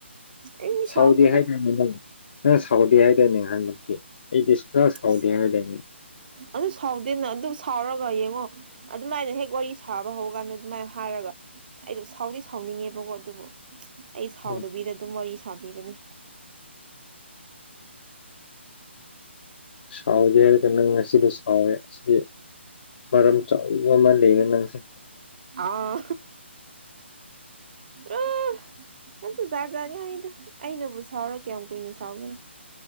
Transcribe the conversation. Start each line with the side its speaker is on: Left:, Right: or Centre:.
Right: ꯑꯩꯗꯤ
Left: ꯁꯥꯎꯗꯤ
Right: ꯁꯥꯎꯅꯨꯗ
Left: ꯍꯥꯏ <unintelligible> ꯅꯪ ꯁꯥꯎꯗꯦ ꯍꯥꯏꯗꯣꯏꯅꯦ ꯑꯍꯟꯃꯛꯇꯤ ꯑꯩꯗꯤ ꯁ ꯁꯥꯎꯗꯦ
Right: ꯑꯁ
Left: ꯍꯥꯏꯗꯥꯏꯅꯤ
Right: ꯑꯗꯨ ꯁꯥꯎꯗꯦꯅ ꯑꯗꯨ ꯁꯥꯎꯔꯒ ꯌꯦꯡꯉꯣ ꯑꯗꯨꯃꯥꯏꯅ ꯍꯦꯛ ꯋꯥꯔꯤ ꯁꯥꯕ ꯍꯧꯔꯀꯥꯟꯗ ꯑꯗꯨꯃꯥꯏꯅ ꯍꯥꯏꯔꯒ ꯑꯩꯗꯣ ꯁꯥꯎꯗꯤ ꯁꯥꯎꯅꯤꯡꯉꯦꯕꯀꯣ ꯑꯗꯨꯕꯨ ꯑꯩ ꯁꯥꯎꯗꯕꯤꯗ
Left: ꯎꯝ
Right: ꯑꯗꯨꯝ ꯋꯥꯔꯤ ꯁꯥꯕꯤꯕꯅꯦ
Left: ꯁꯥꯎꯒꯦ ꯍꯥꯏꯔꯒ ꯅꯪ ꯉꯁꯤꯗꯤ ꯁꯥꯎꯋꯦ ꯑꯁꯤꯗꯤ ꯃꯔꯝ ꯆꯧ ꯑꯃ ꯂꯩꯒꯅꯁꯤ
Right: ꯑꯥ ꯑ ꯀꯁꯨꯖꯥꯠ ꯖꯥꯠꯅꯤ ꯍꯥꯏꯅ ꯑꯩꯅꯕꯨ ꯁꯥꯎꯔ ꯀꯌꯥꯝ ꯀꯨꯏꯅ ꯁ ꯁꯥꯎꯅꯤ